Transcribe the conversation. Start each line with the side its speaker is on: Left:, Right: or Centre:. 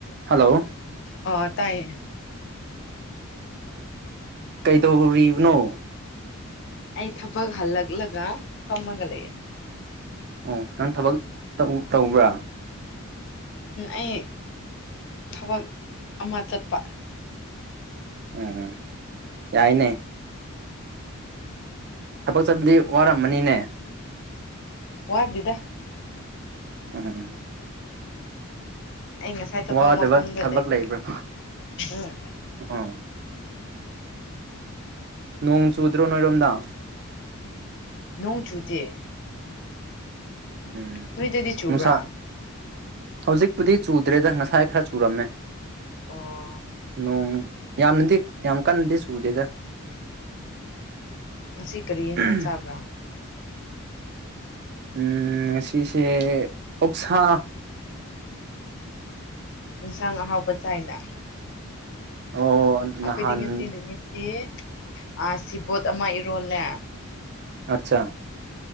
Right: hello
Left: ꯑ ꯇꯥꯏꯌꯦ
Right: ꯀꯩꯗꯧꯔꯤꯕꯅꯣ
Left: ꯑꯩ ꯊꯕꯛ ꯍꯜꯂꯛꯂꯒ ꯐꯝꯃꯒ ꯂꯩꯑꯦ
Right: ꯑꯣ ꯅꯪ ꯊꯕꯛ ꯇꯧꯕ꯭ꯔꯥ
Left: ꯑꯩ ꯊꯕꯛ ꯑꯃ ꯆꯠꯄ
Right: ꯎꯝ ꯌꯥꯏꯅꯦ ꯊꯕꯛ ꯆꯕꯗꯤ ꯋꯥꯔꯝꯃꯅꯤꯅꯦ
Left: ꯋꯥꯗꯗ
Right: ꯎꯝ
Left: ꯑꯩ ꯉꯁꯥꯏ ꯊꯕꯛ
Right: ꯋꯥꯗꯕ
Left: ꯃꯐꯝꯗ
Right: ꯊꯕꯛ
Left: ꯂꯩ
Right: ꯂꯩꯕ꯭ꯔꯥ
Left: ꯎꯝ
Right: ꯑꯣ ꯅꯣꯡ ꯆꯨꯗ꯭ꯔꯣ ꯅꯣꯏꯔꯣꯝꯗ
Left: ꯅꯣꯡ ꯆꯨꯗꯦ
Right: ꯎꯝ
Left: ꯅ ꯑꯗꯨꯗꯤ ꯆꯨꯕ꯭ꯔꯥ
Right: ꯅꯨꯡꯁꯥ ꯍꯧꯖꯤꯛꯄꯨꯗꯤ ꯆꯨꯗ꯭ꯔꯦꯗ ꯉꯁꯥꯏ ꯈꯔ ꯆꯨꯔꯝꯃꯦ
Left: ꯑꯣ
Right: ꯅꯣꯡ ꯌꯥꯝꯅꯗꯤ ꯌꯥꯝ ꯀꯟꯅꯗꯤ ꯁꯨꯗꯦꯗ
Left: ꯉꯁꯤ ꯀꯔꯤ ꯌꯦꯟꯁꯥꯡ
Right: ꯎꯝ
Left: ꯁꯥꯕ꯭ꯔꯥ
Right: ꯎꯝ ꯁꯤꯁꯦ ꯑꯣꯛꯁꯥ
Left: ꯏꯁꯥꯡ ꯑꯍꯥꯎꯕ ꯆꯥꯏꯅ
Right: ꯑꯣ
Left: ꯑꯩꯈꯣꯏꯗꯤ
Right: ꯅꯍꯥꯟ
Left: ꯉꯁꯤ ꯅꯨꯃꯤꯠꯇꯤ ꯑ ꯁꯤꯕꯣꯠ ꯑꯃ ꯏꯔꯣꯜꯂꯦ
Right: ꯑꯆꯥ